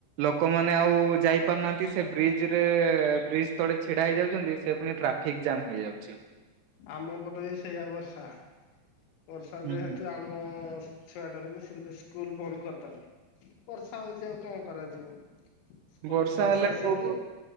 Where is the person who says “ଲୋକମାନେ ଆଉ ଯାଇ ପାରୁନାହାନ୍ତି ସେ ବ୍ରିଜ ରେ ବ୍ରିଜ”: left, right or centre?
Right